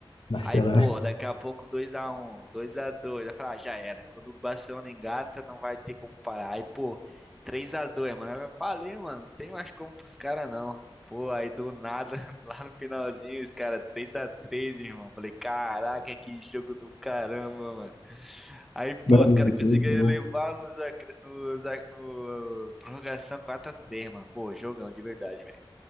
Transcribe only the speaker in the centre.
Aí, pô, daqui a pouco dois a um, dois a dois, Eu falei, ah, já era. Quando o Barcelona engata, não vai ter como parar. Aí, pô, três a dois, mano. Eu falei, mano, não tem mais como pros caras, não. Pô, aí do nada, <laughs> lá no finalzinho, os caras três a três, irmão. Falei, caraca, que jogo do caramba, mano. Aí, pô,
os caras
conseguiram levar nos, acre- nos, ac- no prorrogação quatro a três mano. Pô, jogão de verdade, velho.